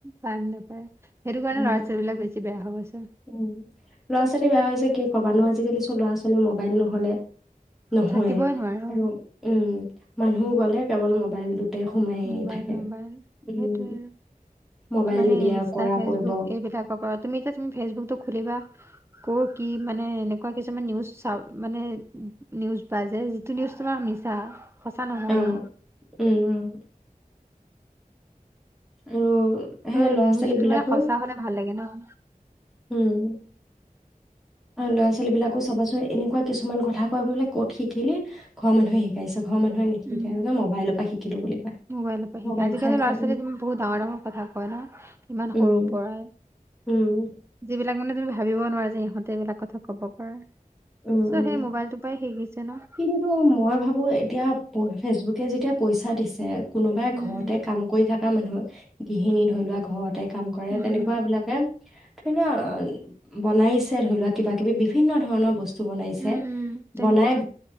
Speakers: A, on the right (about 15°); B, in the centre.
A: টাইম নাপায, সেইটো কাৰণে
B: উম
A: ল'ৰা ছোৱালীবলাক বেছি বেয়া হৈ গৈছে।
B: উম, <unintelligible> বেয়া হৈছে কি ক'বানো, আজিকালি চ' ল'ৰা ছোৱালী মোবাইল নহ'লে- নহয়েই।
A: থাকিবই নোৱাৰে
B: আৰু-
A: অ'
B: মানুহ গ'লে কেৱল মবাইলটো। তাতে সোমাইয়ে
A: মোবাইল
B: থাকে।
A: মোবাইল
B: উম।
A: সেইটোৱে আৰু
B: মোবাইল
A: তোমাৰ সেই
B: নিদিয়া
A: ইনষ্টা-ফেচবুক
B: কৰা কৰিব।
A: এইবিলাকৰ পৰা। তুমি এতিয়া ফেচবুকতো- খুলিবা ক'ৰ কি মানে এনেকুৱা কিছুমান নিউজ চা, মানে, নিউজ বাজে যিটো নিউজ তোমাৰ মিছা। সঁচা নহয়।
B: অ', উম, উম- সেই
A: আৰু
B: ল'ৰা-ছোৱালী
A: নিউজটো
B: বিলাকো
A: মানে সঁচা হ'লে ভাল লাগে ন? <inaudible>
B: উম। আৰু ল'ৰা ছোৱালী বিলাকো চাবাচোন এনেকুৱা কিছুমান কথা কয়, বোলে ক'ত শিকিলি? ঘৰৰ মানুহে শিকাইছে। ঘৰৰ মানুহে নিশিকাই,
A: উম
B: মোবাইলৰ পৰা শিকিলো বুলি কয়।
A: মোবাইলৰ পৰা শিকে।
B: মোবাইল
A: আজিকালি
B: চাই
A: ল'ৰা-ছোৱালী
B: চাই
A: বহুত ডাঙৰ-ডাঙৰ কথা কয় ন? ইমান
B: উম,
A: সৰুৰ পৰাই,
B: উম,
A: যিবিলাক মানে তুমি ভাবিব নোৱাৰা যে ইহঁতে এইবিলাক কথা ক'ব পাৰে।
B: উম,
A: চ'
B: উম।
A: সেই মোবাইলটো পাই শিকিছে ন?
B: কিন্তু এতিয়া, মই ভাবো এতিয়া ফেচবুকে যেতিয়া পইচা দিছে কোনোবাই
A: উম
B: ঘৰতে
A: উম
B: কাম কৰি থাকে। <inaudible> গৃহিনী ধৰি লোৱা ঘৰতে কাম কৰে,
A: উম
B: তেনেকুৱি বিলাকে- ধৰি লোৱা বনাইছে ধৰি লোৱা কিবা কিবি বিভিন্ন ধৰণৰ বচ বনাইছে।
A: উম উম উম তেনেকুৱা
B: বনাই